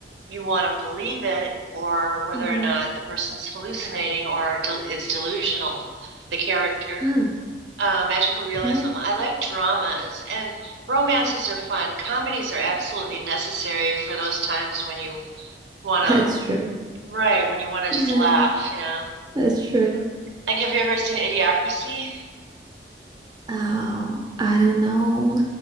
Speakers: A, on the right (about 80°); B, on the right (about 25°).
A: you want to believe it or whether
B: Mm-hmm.
A: or not the person's hallucinating or del is delusional, the character.
B: Oh,
A: Uh, magical realism.
B: okay.
A: I like dramas and romances are fun. Comedies are absolutely necessary for those times when you want
B: <laughs> That's
A: to,
B: true.
A: right, when you want to
B: Yeah,
A: just laugh, you know.
B: that's true.
A: Like, have you ever seen Idiocracy?
B: Oh, I don't know.